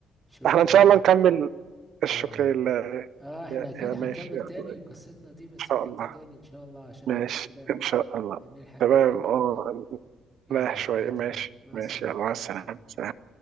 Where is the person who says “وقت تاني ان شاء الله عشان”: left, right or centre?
Centre